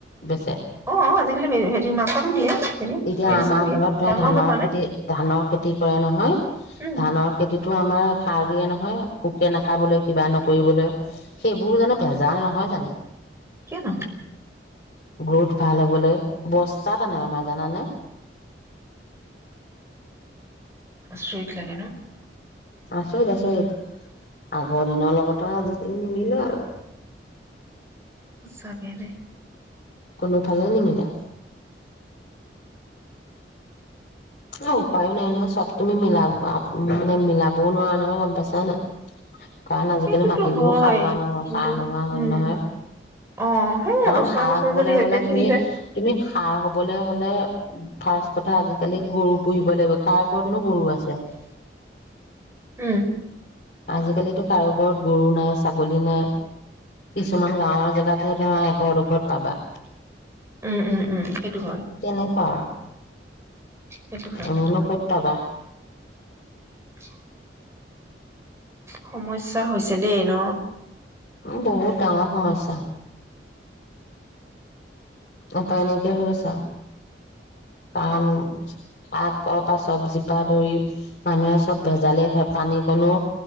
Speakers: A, on the left; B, on the right.
A: বেচে।
B: অ আজিকালি হেৰি মাছো দিয়ে। হেৰি
A: এতিয়া
B: মেডিচিন
A: আমাৰ
B: দিয়ে
A: ঘৰত ধৰা
B: ডাঙৰ
A: ধানৰ
B: হবৰ কাৰণে
A: খেতি ধানৰ খেতি কৰে নহয়
B: উম
A: ধানৰ খেতিতটো আমাৰ সাৰ দিয়ে নহয় পোকে নাখাবলৈ কিবা নকৰিবলৈ সেইবোৰ জানো ভেজাল নহয় জানো?
B: কিয় ন
A: গ্ৰোথ ভাল হ'বলৈ বস্তাতাত নাই আমাৰ জানানাই?
B: আচৰীত লাগে ন?
A: আচৰিত আচৰিত আগৰ দিনৰ লগতো আজিকালি নিমিলো আৰু।
B: সচা কেদেই।
A: কোনোফালে নিমিলা। অ উপায়ো নাই নহয় চব তুমি মিলাব মানে মিলাবও নোৱাৰা নহয় গম পাইছা নে নাই? কাৰণ আজিকালি
B: সেইটোতো
A: মাটিবোৰ
B: হয়
A: সাৰুৱোৱা নহোৱা
B: কিন্তু
A: সাৰ নোহোৱা হল
B: উম
A: নহয়
B: অ সেয়া
A: কাৰণ
B: বছৰে
A: সাৰ
B: বছৰে
A: হবলৈ
B: যদি একেখিনিতে
A: হলে তুমি তুমি সাৰ হবলৈ হলে ফাৰচ কথা আজিকালি গৰু পুহিব লাগিব কাৰ ঘৰতনো গৰু আছে?
B: উম
A: আজিকালিতো কাৰো ঘৰত গৰু নাই ছাগলী নাই কিছুমান গাঁৱৰ জেগাতহে ধৰা এঘৰ দুঘৰত পাবা।
B: উম উম উম সেইটো হয়।
A: তেনেকুৱা আৰু
B: সেইটো হয়
A: এনেনো
B: সেইটো হয়
A: কত পাবা?
B: <inaudible> সমস্যা হৈছে দেই ন?
A: উ বহুত ডাঙৰ সমস্্যা। উপায় নাইকা হৈ গৈছে আৰু কাৰণ কৰ পৰা চবজি পৰা ধৰি মানুহে চব ভেজালে খায় পানীকনো